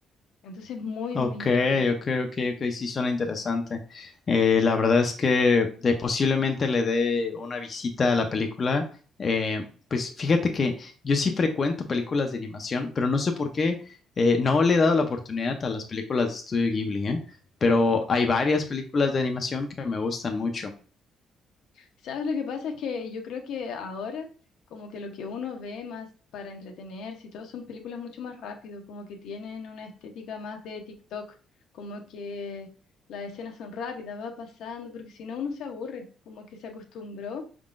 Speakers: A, on the left (about 75°); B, on the left (about 35°).
A: Entonces, muy,
B: Ok,
A: muy interesante.
B: ok, ok, ok, sí suena interesante. Eh, la verdad es que de- posiblemente le dé una visita a la película. Eh, pues fíjate que yo sí frecuento películas de animación, pero no sé por qué eh, no le he dado la oportunidad a las películas de Estudio Ghibli, ¿eh? Pero hay varias películas de animación que me gustan mucho.
A: ¿Sabes? Lo que pasa es que yo creo que ahora como que lo que uno ve más para entretenerse y todo son películas mucho más rápido, como que tienen una estética más de TikTok, como que las escenas son rápidas, va pasando, porque si no uno se aburre, como que se acostumbró